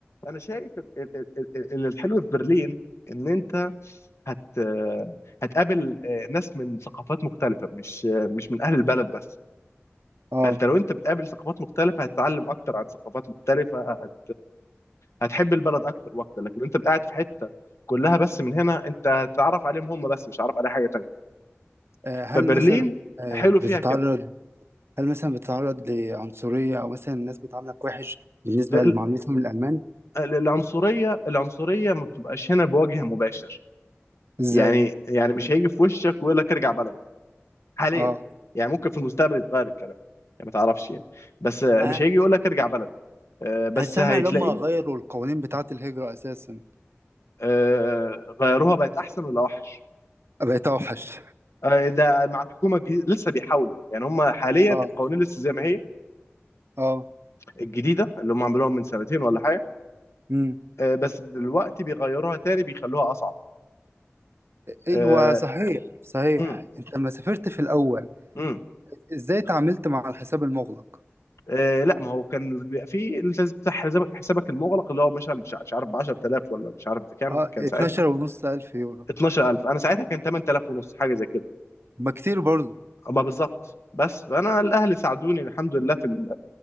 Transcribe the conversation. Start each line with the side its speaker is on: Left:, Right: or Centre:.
Left: انا شايف ال- ال- ال- ال- ال- الحلو في برلين ان انت هت هتقابل آه، ناس من ثقافات مختلفه مش آه، مش من اهل البلد بس
Right: اه
Left: فانت لو انت بتقابل ثقافات مختلفه هتتعلم اكتر عن ثقافات مختلفه هت... هتحب البلد اكتر واكتر لكن انت قاعد في حته كلها بس من هنا انت هتتعرف عليهم هم بس مش هتعرف على حاجه تانية
Right: آه، هل
Left: فبرلين
Right: مثلا آه،
Left: حلو فيها
Right: بتتعرض
Left: كده
Right: هل مثلا بتتعرض لعنصرية أو مثلا الناس بتعاملك وحش بالنسبة
Left: ال-
Right: لمعاملتهم الألمان؟
Left: ال- العنصريه العنصريه ما بتبقاش هنا بوجه مباشر
Right: إزاي؟
Left: يعني يعني مش هيجي في وشك ويقول لك ارجع بلدك حاليا
Right: آه
Left: يعني ممكن في المستقبل يتغير الكلام يعني ما تعرفش يعني بس مش
Right: أ-
Left: هيجي يقول لك ارجع بلدك آه، بس
Right: أنا سامع
Left: هيتلاقي
Right: لما غيروا القوانين بتاعة الهجرة أساسا
Left: آه، غيروها بقت احسن ولا وحش
Right: بقيت أوحش
Left: آه، ده مع الحكومه الجديده لسه بيحاولوا يعني هم حاليا
Right: آه
Left: القوانين لسه زي ما هي
Right: آه
Left: الجديده اللي هم عملوها من سنتين ولا حاجه
Right: مم.
Left: آه، بس دلوقتي بيغيروها تاني بيخلوها اصعب آه،
Right: أيوه صحيح صحيح
Left: امم
Right: أنت لما سافرت في الأول
Left: امم
Right: إزاي تعاملت مع الحساب المغلق؟
Left: آه، لا ما هو كان بيبقى في اللي لازم تفتح حسابك حسابك المغلق اللي هو مثلا مش مش عارف ب 10000 ولا مش عارف بكام
Right: آه
Left: كان
Right: 12
Left: ساعتها
Right: ونص ألف يورو
Left: 12000 انا ساعتها كان 8000 ونص حاجه زي كده
Right: ما كتير برضه
Left: اما بالظبط بس فانا الاهل ساعدوني الحمد لله في ال-